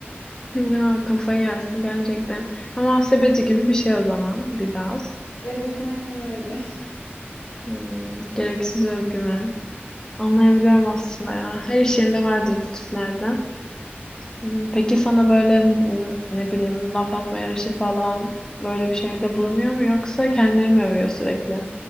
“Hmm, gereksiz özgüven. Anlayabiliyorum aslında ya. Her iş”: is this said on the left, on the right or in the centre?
Left